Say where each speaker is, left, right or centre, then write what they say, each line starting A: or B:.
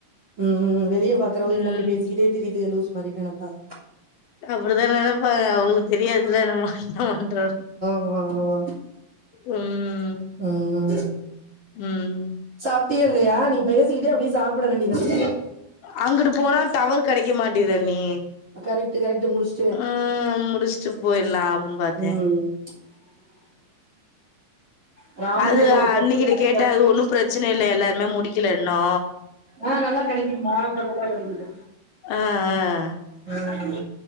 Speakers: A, on the right; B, on the left.
A: ம்ம்ம் வெளிய பாக்குறவக
B: ம்
A: என்ன அப்டி பேசிக்கிட்டே திரியுது லூஸ் மாரி நெனைப்பாங்
B: அப்டிதா நெனப்பாக அவகளுக்கு தெரியாதுல நம்ம என்ன பண்றோனு
A: ஓ
B: ம்
A: ம்
B: ம்
A: சாப்டியா இல்லையா நீ பேசிக்கிட்டே அப்டியே சாப்ட வேண்டியதான
B: அங்குட்டு போனா டவர் கெடைக்க மாட்டிக்குது அண்ணி
A: கரெக்ட்டு கரெக்ட்டு முடிஸ்
B: ம் அ முடிஸ்ட்டு போயிரலா அப்டின்னு பாத்தே
A: ம் கிராமத்துல
B: அது அன்னிக்கிட்ட
A: ஒரு சட்னி அரச்சாச்சு
B: கேட்ட அது ஒண்ணு பிரச்சனை இல்ல எல்லார்மே முடிக்கல இன்னு
A: ஆ நல்லா கெடைக்குது மா இப்ப நல்லா கெடைக்குது
B: அ அ
A: ம்